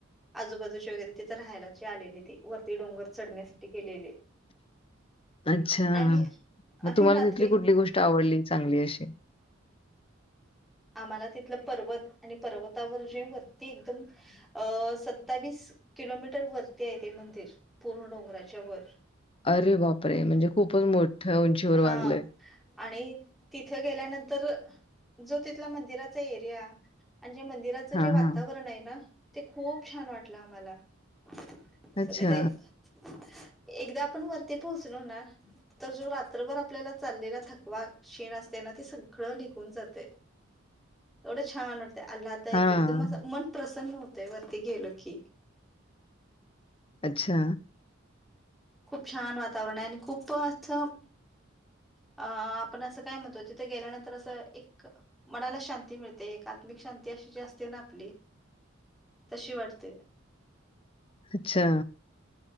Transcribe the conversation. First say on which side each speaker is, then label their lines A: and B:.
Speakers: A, in the centre; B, on the left (about 30°).
A: आजूबाजूचे वगैरे तिथं राहायला जे आलेले ती वरती डोंगर चढण्यासाठी गेलेले
B: अच्छा
A: आम्ही आम्ही
B: मग तुम्हाला
A: रात्री
B: तिथली कुठली गोष्ट आवडली चांगली अशी
A: आम्हाला तिथलं पर्वत आणि पर्वतावर जे वरती एकदम अ सत्तावीस किलोमीटर वरती आहे ते मंदिर पूर्ण डोंगराच्या वर
B: अरे बापरे म्हणजे खूपच मोठं उंचीवर
A: हा
B: बांधलंय
A: आणि तिथे गेल्यानंतर जो तिथला मंदिराचा एरिया आणि जे मंदिराचं
B: हां,
A: जे वातावरण
B: हां.
A: आहे ना ते खूप छान वाटलं आम्हाला <unintelligible>
B: अच्छा.
A: एकदा आपण वरती पोहचलो ना तर जो रात्रभर आपल्याला चाललेला थकवा, क्षीण असतय ना ते सगळं निघून जात <unintelligible> छान वाटतय आल्हादायक
B: हां.
A: एकदम असं मन प्रसन्न होतय वरती गेलं की
B: अच्छा
A: खूप छान वातावरणय आणि खूप असं अ आपण असं काय म्हणतो तिथे गेल्यानंतर असं एक मनाला शांती मिळते एक आत्मिक शांती अशी जी असते ना आपली तशी वाटते
B: अच्छा